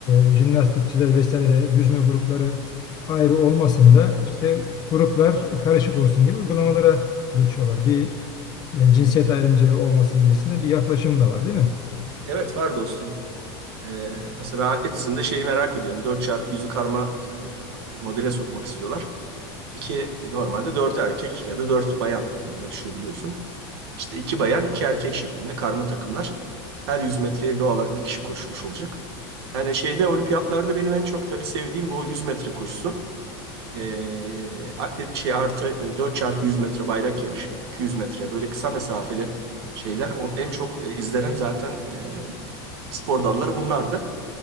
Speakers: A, on the left (about 30°); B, on the right (about 85°).
A: e, jimnastikçiler vesaire yüzme grupları ayrı olmasın da işte gruplar karışık olsun gibi uygulamalara geçiyorlar. Bir e, cinsiyet ayrımcılığı olmasın gibisinde bir yaklaşım da var değil mi?
B: Evet var dostum. Ee, mesela ben atletizmde şeyi merak ediyorum. dört çarpı yüzü karma e, modele sokmak istiyorlar. İki e, normalde 4 erkek ya da 4 bayan e, yarışıyor biliyorsun. İşte iki bayan, iki erkek şeklinde karma takımlar. Her 100 metreye doğal olarak bir kişi koşmuş olacak. Yani şeyde olimpiyatlarda benim en çok tabii sevdiğim bu 100 metre koşusu. E, atlet şey artı e, 4 çarpı 100 metre bayrak yarışı, 200 metre böyle kısa mesafeli şeyler on, en çok e, izlenen zaten e, spor dalları bunlardı.